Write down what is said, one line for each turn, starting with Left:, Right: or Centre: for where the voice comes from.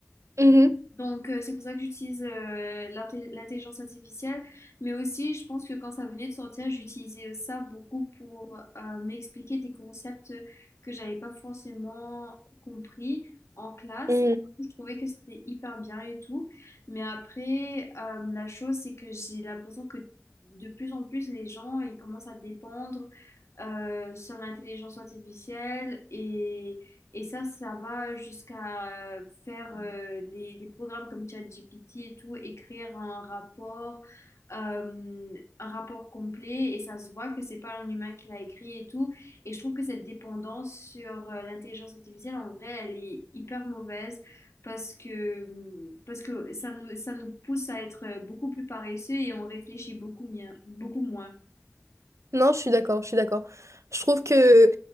Right: Mhm.
Left: Donc, euh, c'est pour ça que j'utilise euh, l'inté- l'intelligence artificielle. Mais aussi, je pense que quand ça venait de sortir, j'utilisais ça beaucoup pour euh, m'expliquer des concepts que j'avais pas forcément compris en classe.
Right: Mhm.
Left: Je trouvais que c'était hyper bien et tout. Mais après, euh, la chose, c'est que j'ai l'impression que de plus en plus, les gens, ils commencent à dépendre euh, sur l'intelligence artificielle et ça, ça va jusqu'à euh, faire euh, les, des programmes comme ChatGPT et tout, écrire un rapport, euh, un rapport complet, et ça se voit que c'est pas un humain qui l'a écrit et tout. Et je trouve que cette dépendance sur euh, l'intelligence artificielle, en vrai, elle est hyper mauvaise parce que, mmh, parce que ça nous, ça nous pousse à être euh, beaucoup plus paresseux et on réfléchit beaucoup, mien- beaucoup moins.
Right: Non, je suis d'accord, je suis d'accord. Je trouve que